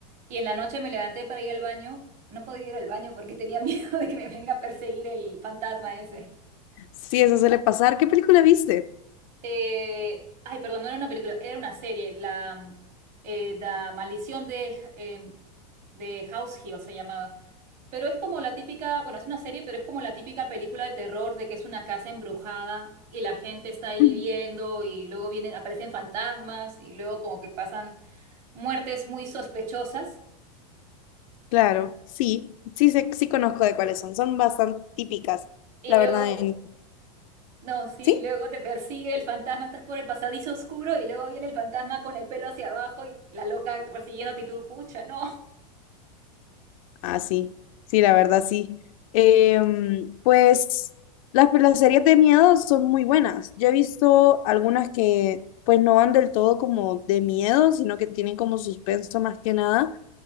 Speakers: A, on the right; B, on the left.
A: y en la noche me levanté para ir al baño. No podía ir al baño porque tenía miedo <laughs> de que me venga a perseguir el fantasma ese.
B: Si eso suele pasar, ¿qué película viste? <clears throat>
A: Eh, ay, perdón, no era una película, era una serie. La, mm, eh, La Maldición de, eh, de House Hill se llamaba. Pero es como la típica, bueno, es una serie, pero es como la típica película de terror de que es una casa embrujada y la gente está ahí
B: Mm,
A: viviendo y luego vienen, aparecen fantasmas y luego como que pasan muertes muy sospechosas
B: Claro, sí, sí, sé- sí conozco de cuáles son. Son bastante típicas,
A: y
B: la
A: luego,
B: verdad. en-
A: no, sí,
B: ¿Sí?
A: luego te persigue el fantasma, estás por el pasadizo oscuro y luego viene el fantasma con el pelo hacia abajo y la loca persiguiéndote y tú, pucha, no.
B: Ah, sí, sí, la verdad sí. Em, pues las, las series de miedo son muy buenas. Yo he visto algunas que pues no van del todo como de miedo, sino que tienen como suspenso más que nada.